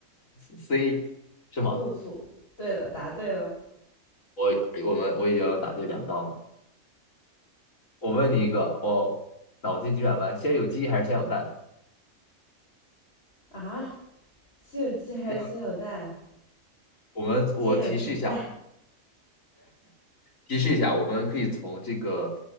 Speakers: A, on the left (about 70°); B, on the left (about 45°).
A: C 是吗？
B: 杜甫，对了，答对了
A: 我我们我已经答对两道了。我问你一个，我脑筋急转弯，先有鸡还是先有蛋？
B: 啊！先有鸡还是先有蛋？
A: 先有我们我提示一下，
B: 先有鸡蛋。
A: 提示一下，我们可以从这个